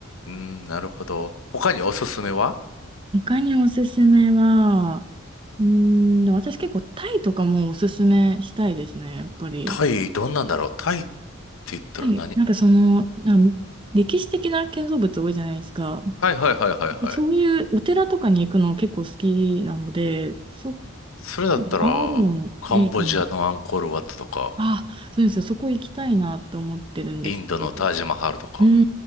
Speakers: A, on the left; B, on the right.
A: うん、なるほど。他におすすめは
B: 他におすすめは、うーん、でも私結構タイとかもおすすめしたいですね、やっぱり。
A: タイ、どんなんだろう。タイって言ったら何
B: はい、なんかその、なんか歴史的な建造物多いじゃないですか。
A: はいはいはいはいはい。
B: でそういうお寺とかに行くの結構好きなので、そ、
A: それだったら、
B: 回るのいいかな。
A: カンボジアのアンコールワットとか、
B: あ、そうですよ。そこ行きたいなって思ってるんですけど。
A: インドのタージマハルとか。
B: うんう